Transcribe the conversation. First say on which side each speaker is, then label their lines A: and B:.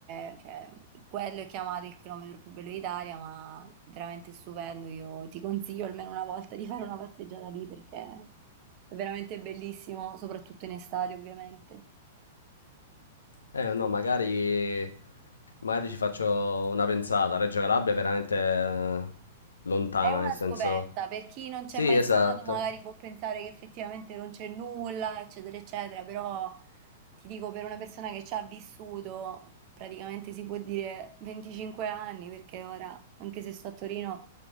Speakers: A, on the right; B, on the left.
A: è- cioè, quello è chiamato il chilometro più bello d'Italia, ma veramente stupendo, io ti consiglio almeno una volta di fare una passeggiata lì perché è veramente bellissimo, soprattutto in estate ovviamente.
B: Eh no, magari, magari ci faccio una pensata. Reggio Calabria è veramente eh, lontana,
A: È una
B: nel senso...
A: scoperta, per chi non
B: Sì,
A: c'è mai
B: esatto.
A: stato magari può pensare che effettivamente non c'è nulla, eccetera, eccetera, però ti dico per una persona che ci ha vissuto praticamente si può dire 25 anni, perché ora, anche se sto a Torino,